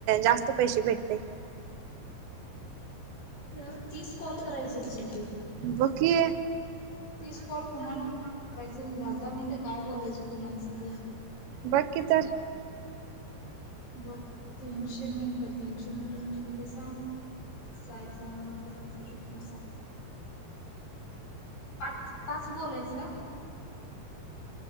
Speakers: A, on the right; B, on the left.
A: जास्त पैसे भेटते
B: यार तीच कॉल करायची चल्टी
A: बाघ की
B: ती स्पॉल कुणान कुणा करायच दहा दहा मिनटे काय बोलायच कुणा सध्या
A: बाकी तर
B: बघ तीनशे मिनिटं तीनशे मिनिटं म्हणजे किती सांग स्ट्राईक सू पा तास बोलायच